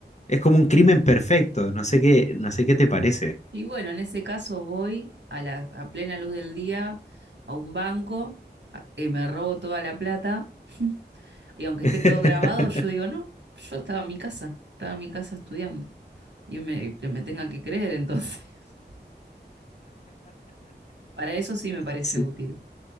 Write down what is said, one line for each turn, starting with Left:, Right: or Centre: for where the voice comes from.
Left: es como un crimen perfecto, no sé qué, no sé qué te parece.
Right: Y bueno, en ese caso voy a la, a plena luz del día a un banco, a- eh, me robo toda la plata <laughs> y aunque
Left: <laughs>
Right: esté todo grabado, yo digo, no, yo estaba en mi casa, estaba en mi casa estudiando y me- que me tengan que creer entonces. <laughs> Para eso sí me parece
Left: Sí.
Right: útil.